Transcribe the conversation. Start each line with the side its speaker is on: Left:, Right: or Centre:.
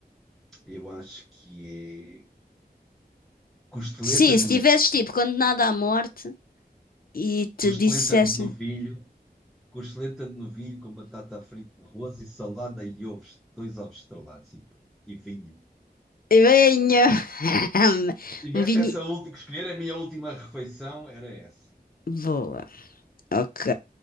Centre: eu acho que é costeleta
Left: Sim,
Centre: de
Left: se tivesses
Centre: novilho.
Left: tipo condenado à morte e te
Centre: Costeleta
Left: dissessem
Centre: de novilho, costeleta de novilho com batata frita, arroz e salada e ovos, dois ovos estrelados e, e vinho.
Left: Venha! <laughs>
Centre: tivesse
Left: Um vinho.
Centre: essa última que escolher, a minha última refeição era essa.
Left: Boa, ok.